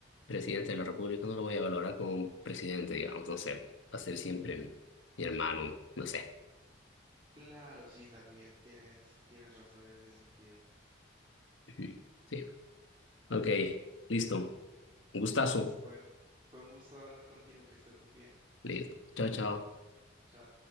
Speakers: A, on the left; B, on the right.
A: presidente de la República, no lo voy a valorar como un presidente, digamos, no sé. Va a ser siempre mi hermano, no sé.
B: Claro, sí, también tienes, tienes razón en ese sentido.
A: <laughs> Ujú. Sí. Ok, listo. Un gustazo.
B: Listo, fue, fue un gusto hablar contigo, que estés muy bien.
A: Listo. Chao, chao.
B: Chao.